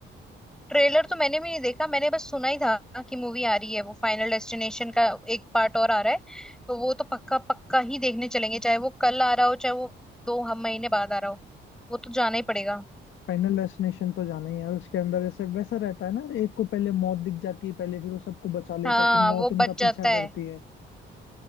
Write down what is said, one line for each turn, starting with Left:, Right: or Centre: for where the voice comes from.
Centre: ट्रेलर तो मैंने भी नहीं देखा मैंने बस सुना ही था कि मूवी आ रही है वो फाइनल डेस्टिनेशन का एक पार्ट और आ रहा है तो वो तो पक्का पक्का ही देखने चलेंगे चाहे वो कल आ रहा हो चाहे वो दो हम महीने बाद आ रहा हो वो तो जाना ही पड़ेगा
Left: फाइनल डेस्टिनेशन तो जाना ही है यार उसके अंदर ऐसे वैसा रहता है ना एक को पहले मौत दिख जाती है पहले फिर वो सबको बचा
Centre: हाँ
Left: लेता है फिर मौत
Centre: वो
Left: उनका
Centre: बच जाता
Left: पीछा
Centre: है
Left: करती है